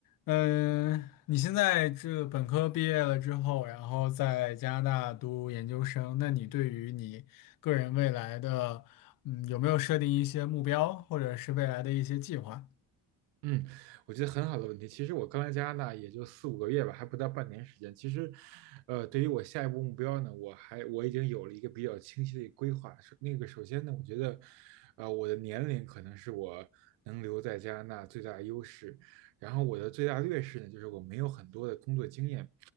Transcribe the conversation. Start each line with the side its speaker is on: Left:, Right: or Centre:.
Left: 嗯，你现在这本科毕业了之后，然后在加拿大读研究生，那你对于你个人未来的，嗯，有没有设定一些目标，或者是未来的一些计划？
Right: 嗯，我觉得很好的问题。其实我刚来加拿大也就四五个月吧，还不到半年时间。其实，呃，对于我下一步目标呢，我还我已经有了一个比较清晰的一个规划。首那个首先呢，我觉得，呃，我的年龄可能是我能留在加拿大最大的优势。然后我的最大劣势呢，就是我没有很多的工作经验，